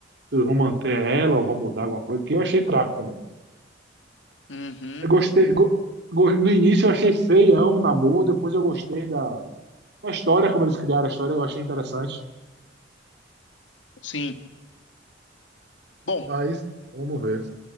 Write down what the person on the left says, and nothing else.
Uhum.
Sim. Bom,